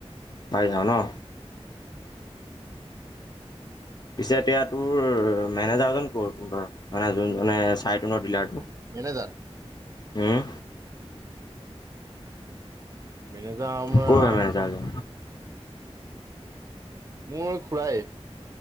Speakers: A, on the left; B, on the right.
A: পাই যাওঁ নহ।
B: <inaudible>
A: পিছে এতিয়া তোৰ মেনেজাৰজন ক'ত ধৰ মানে যোনজনে চাই তনৰ ডিলাৰটো।
B: মেনেজাৰ।
A: উম।
B: মেনেজাৰ আমাৰ।
A: ক'ৰ হয় মেনেজাৰজন
B: মোৰ খুৰায়ে।